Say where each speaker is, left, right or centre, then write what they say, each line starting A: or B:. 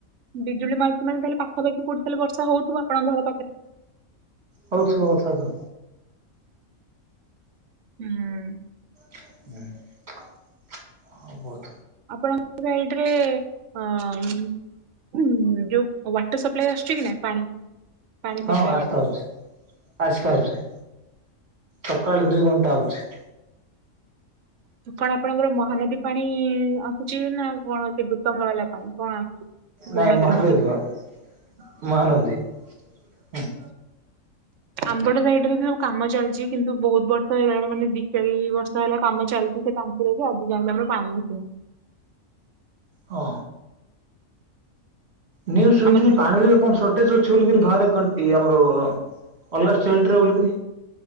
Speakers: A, on the right (about 65°); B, on the right (about 50°).
A: ବିଜୁଳି ମାରୁଛି ମାନେ, ତାହେଲେ ପାଖ ହାରେ କି କୋଉଠି ତାହେଲେ ବର୍ଷା ହଉଥିବ ଆପଣଙ୍କ ଘର ପାଖରେ।
B: ହଉଥିବା କଥା ତ।
A: ହୁଁ ଉଁ
B: ହୁଁ ହଁ ବହୁ
A: ଆପଣଙ୍କ ସାଇଡ଼ ରେ ଅଁ ହଁ ଯୋଉ ୱାଟର ସପ୍ଲାଇ ଆସୁଛି କି ନାଇଁ ପାଣି? ପାଣି
B: ହଁ
A: ସପ୍ଲାଇ
B: ଆସିତା
A: ୱାଟର
B: ହଉଛି, ଆସିତା ହଉଛି। ସକାଳେ ଦୁଇ ଘଣ୍ଟା ଆଉଛି।
A: କଣ ଆପଣଙ୍କର ମହାନଦୀ ପାଣି ଆସୁଛି ନା କଣ ସେ ଗୁତଙ୍ଗ ବାଲା ପାଣି କଣ ଆସୁଛି? କୋଉ
B: ନାଇଁ
A: ନଦୀରୁ
B: ମହାଦେବ
A: କନେକ୍ଟ
B: ବାଗ ମହାନଦୀ ହୁଁ
A: ଆମ ପଟ ସାଇଡ଼ରେ ବି ସବୁ କାମ ଚାଲିଛି କିନ୍ତୁ ବହୁତ ବର୍ଷ ହେଇଗଲାଣି ମାନେ ଦି ଚାରି ବର୍ଷ ହେଲା କାମ ଚାଲୁ ର ଆଜି ଯାଏଁ ବି ଆମର ପାଣି ଆସିନି।
B: ହଁ ନ୍ୟୁଜ ଶୁଣିଥିଲି
A: ଆମର ସେ ଯୋଉ
B: ପାଣିରେ କଣ ସଟେଜ ଅ ଛି ବଲିକିରି ବାହାରେ କଣ୍ଟି ଆମର ଅଲଗା ଷ୍ଟେଟ ରେ ବୋଲିକିରି।